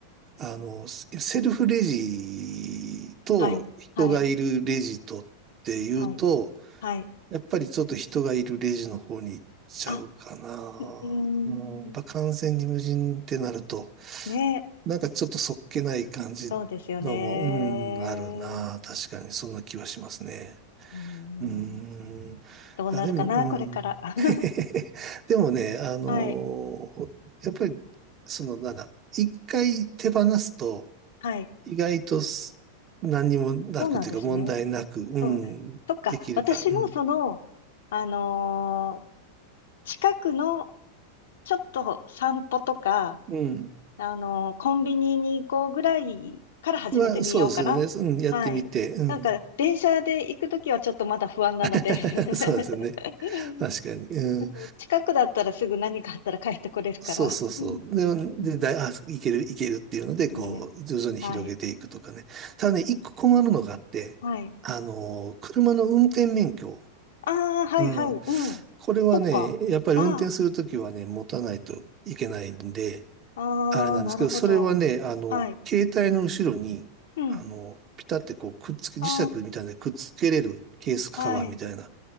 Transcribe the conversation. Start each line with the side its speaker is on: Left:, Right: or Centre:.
Right: あの、セセルフレジと人がいるレジとっていうと、
Left: はい、はい、はい、はい。
Right: やっぱりちょっと人がいるレジの方に行っちゃうかな。
Left: あ、うーん、
Right: うん、やっぱ完全に無人ってなると、
Left: ね、
Right: なんかちょっとそっけない感じのも、
Left: そうですよね。
Right: うん、あるな。確かにそんな気はしますね。
Left: うーん、
Right: うーん。い
Left: どうなるかな、
Right: や、でも、うん。
Left: これから。<laughs>
Right: <laughs> でもね、あのやっぱり、
Left: はい、
Right: その、なんだ、一回手放すと、
Left: はい、
Right: 意外とす何にもなくというか、
Left: そうなんですね。
Right: 問題なく、うん、
Left: そう、そっか、
Right: できるから、
Left: 私もその、
Right: うん。
Left: あのー近くのちょっと散歩とか、
Right: うん。
Left: あのーコンビニに行こうぐらいから始めてみようかな。
Right: まあ、そうですよね。うん、やってみて、
Left: はい。
Right: うん。
Left: なんか、電車で行くときはちょっとまだ不安なので
Right: <laughs>
Left: <laughs>
Right: そうですよね。
Left: <laughs>
Right: 確かに。うん。
Left: 近くだったらすぐ何かあったら帰ってこれるから。
Right: そうそうそう。
Left: うん
Right: で、
Left: うん
Right: で、だい、あ、いける、いけるっていうので、
Left: ね
Right: こう、徐々に広げていくとかね。
Left: え。はい。
Right: ただね、一個困るのがあって、
Left: はい。
Right: あのー、車の運転免許。
Left: ああ、はい、
Right: うん。
Left: はい。うん。
Right: これはね、
Left: そっか。
Right: やっぱり運転するときはね、
Left: あ
Right: 持たないといけないんで、
Left: あ、ああ、
Right: あれなんですけど、
Left: なるほど。
Right: それはね、あの、
Left: はい。
Right: 携帯の後ろに、
Left: うん。
Right: あの、ピタってこう、くっつけ、
Left: あ
Right: 磁石みたいなのでくっつけれるケースカバーみたいな、
Left: あ、はい。